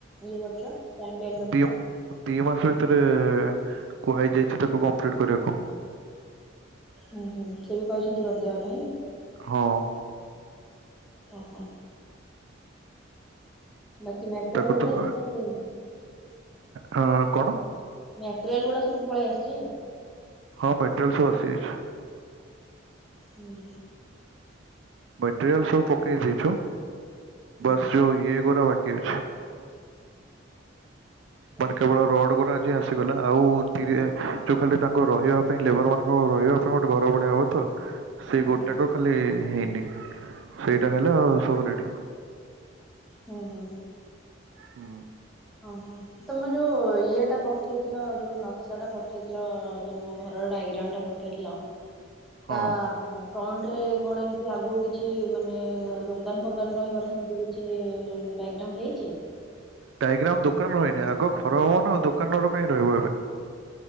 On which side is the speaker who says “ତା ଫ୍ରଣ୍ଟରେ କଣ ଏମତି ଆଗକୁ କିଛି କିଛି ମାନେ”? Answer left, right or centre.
Centre